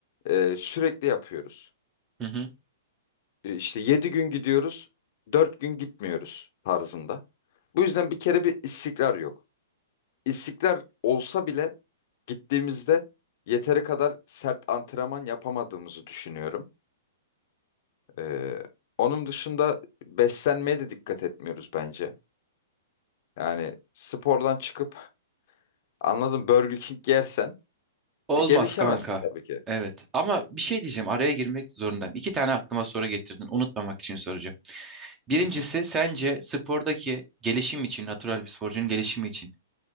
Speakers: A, on the left; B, on the right.
A: e, sürekli yapıyoruz.
B: Hı hı.
A: E, İşte 7 gün gidiyoruz, 4 gün gitmiyoruz tarzında. Bu yüzden bir kere bir istikrar yok. İstikrar olsa bile gittiğimizde yeteri kadar sert antrenman yapamadığımızı düşünüyorum. E, onun dışında beslenmeye de dikkat etmiyoruz bence. Yani spordan çıkıp anladım Burger King yersen
B: Olmaz
A: e, gelişemezsin
B: kanka.
A: tabii ki.
B: Evet ama bir şey diyeceğim araya girmek zorundayım. İki tane aklıma soru getirdin unutmamak için soracağım. Birincisi
A: Hı
B: sence spordaki gelişim için natural bir sporcunun gelişimi için